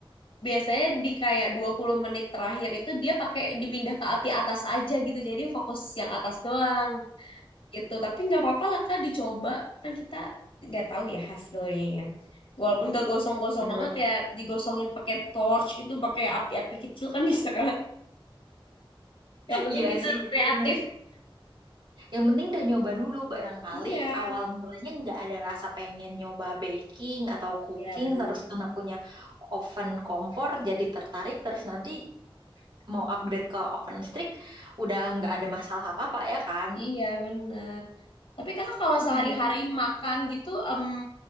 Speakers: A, on the left; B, on the right.
A: biasanya di kayak 20 menit terakhir itu dia pakai dipindah ke api atas aja gitu. Jadi fokus yang atas doang. gitu tapi nggak apa-apa lah kak dicoba kan kita nggak tahu ya hasilnya ya walaupun
B: Oh.
A: gak gosong-gosong
B: Bener-bener.
A: banget ya digosongin pakai torch gitu pakai api-api kecil kan <laughs> bisa kan yang penting
B: Iya
A: kita
B: sih, itu
A: kreatif
B: bener. Yang penting udah nyoba dulu barangkali
A: iya
B: awal mulanya nggak ada rasa pengen nyoba baking atau cooking,
A: ya bener
B: terus karena punya oven kompor jadi tertarik, terus nanti mau upgrade ke oven listrik udah nggak ada masalah apa-apa ya kan?
A: iya bener tapi kakak kalau
B: Oh
A: sehari-hari
B: iya,
A: makan
B: lah
A: gitu em